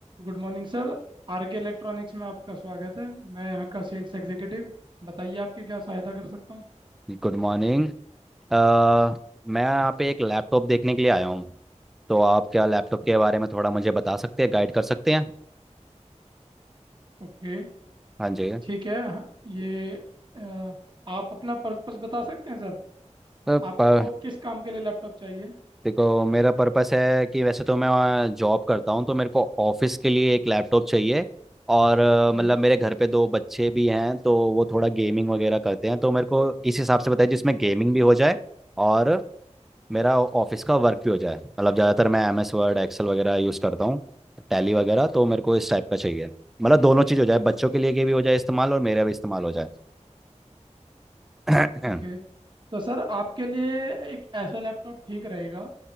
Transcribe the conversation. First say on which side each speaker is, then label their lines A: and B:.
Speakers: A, on the right (about 40°); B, in the centre.
A: Good morning sir R K electronics में आपका स्वागत है मैं यहाँ का सेल्स एग्जीक्यूटिव बताइए आपकी क्या सहायता कर सकता हूँ
B: Good morning uh, मैं यहाँ पे एक लैपटॉप देखने के लिए आया हूँ तो आप क्या लैपटॉप के बारे में थोड़ा मुझे बता सकते हैं गाइड कर सकते हैं
A: ओके
B: हाँ जी
A: ठीक है ह- ये अ, आप अपना पर्पस बता सकते हैं सर
B: तो
A: आपको
B: प-
A: किस काम के लिए लैपटॉप चाहिए
B: देखो मेरा पर्पस है कि वैसे तो मैं जॉब करता हूँ तो मेरे को ऑफिस के लिए एक लैपटॉप चाहिए और अ, मतलब
A: हम्म
B: मेरे घर पे दो बच्चे भी हैं तो वो थोड़ा गेमिंग वगैरह करते हैं तो मेरे को इस हिसाब से बताइए जिसमें गेमिंग भी हो जाए और मेरा ऑफिस का वर्क भी हो जाए मतलब ज़्यादातर मैं एम एस वर्ड एक्सेल वगैरह यूज़ करता हूँ टैली वगैरह तो मेरे को इस टाइप का चाहिए मतलब दोनों चीज़ हो जाए बच्चों के लिए के भी हो जाए इस्तेमाल और मेरा भी इस्तेमाल हो जाए <clears throat>
A: ओके तो सर आपके लिए एक ऐसा लैपटॉप ठीक रहेगा